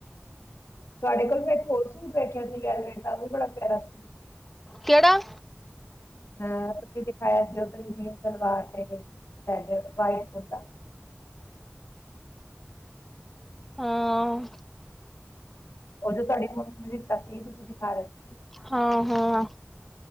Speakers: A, on the left (about 80°); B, in the centre.
A: ਤੁਹਾਡੇ ਕੋਲ ਮੈਂ ਇੱਕ ਹੋਰ ਸੂਟ ਬੈਠਿਆ ਸੀ ਵੈਲਵਟ ਦਾ ਉਹ ਵੀ ਬੜਾ ਪਿਆਰਾ ਸੀੂ
B: ਕਿਹੜਾ
A: ਅਹ ਉੱਥੇ ਦਿਖਾਇਆ ਸੀ ਉਧਰ ਹੀ ਸਲਵਾਰ ਤੇ ਰੈਡ ਵਾਈਟ ਕੁਤਾ
B: ਹਾਂ
A: ਉਦੋਂ ਤੁਹਾਡੇ ਫੋਨ ਨੇ ਦਿੱਤਾ ਸੀ ਤੁਸੀਂ ਦਿਖਾ ਰਹੇ ਸੀ
B: ਹਾਂ ਹਾਂ